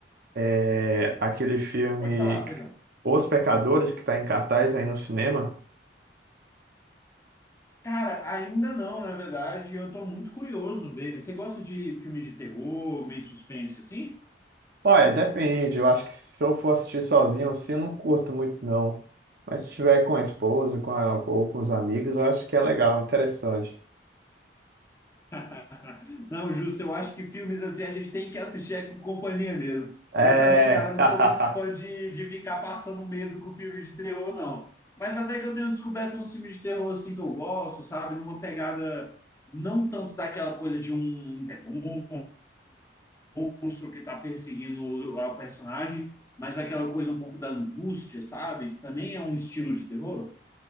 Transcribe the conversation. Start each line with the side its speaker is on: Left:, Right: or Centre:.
Right: É aquele filme
Left: Pode falar, perdão.
Right: Os Pecadores, que está em cartaz aí no cinema.
Left: Cara, ainda não, na verdade, eu tô muito curioso dele. Você gosta de filmes de terror, meio suspense, assim?
Right: Olha, depende. Eu acho que se eu for assistir sozinho, assim, eu não curto muito, não. Mas se tiver com a esposa, com a- ou com os amigos, eu acho que é legal, interessante.
Left: <laughs> Não, justo, eu acho que filmes assim a gente tem que assistir é com companhia mesmo.
Right: É.
Left: Eu também, cara, não
Right: <laughs>
Left: sou muito fã de, de ficar passando medo com filme de terror, não. Mas até que eu tenho descoberto uns filmes de terror assim que eu gosto, sabe? Numa pegada não tanto daquela coisa de um demônio, um monstro que tá perseguindo o personagem, mas aquela coisa um pouco da angústia, sabe? Que também é um estilo de terror.